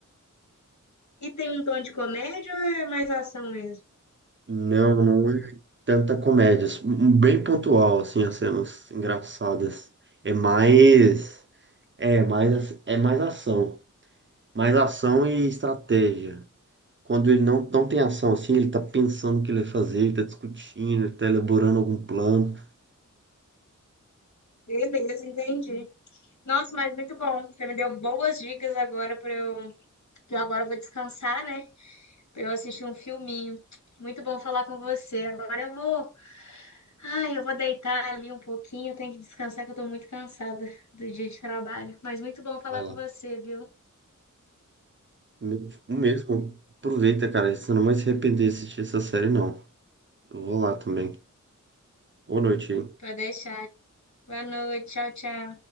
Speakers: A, on the left (about 60°); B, on the right (about 35°).
A: E tem um tom de comédia ou é mais ação mesmo?
B: Não, não é tanta comédia. um- Bem pontual, assim, as cenas engraçadas. É mais. É mais, é mais ação. Mais ação e estratégia. Quando ele não, não tem ação, assim, ele tá pensando o que ele vai fazer, ele tá discutindo, ele tá elaborando algum plano.
A: Beleza, entendi. Nossa, mas muito bom. Você me deu boas dicas agora para eu, que eu agora vou descansar, né? Para eu assistir um filminho. Muito bom falar com você. Agora eu vou, ai, eu vou deitar ali um pouquinho, eu tenho que descansar que eu tô muito cansada do dia de trabalho. Mas muito bom falar
B: Vai lá.
A: com você, viu?
B: Me- Mesmo, aproveita, cara. Você não vai se arrepender de assistir essa série, não. Eu vou lá também. Boa noite aí.
A: Pode deixar. Boa noite, tchau, tchau.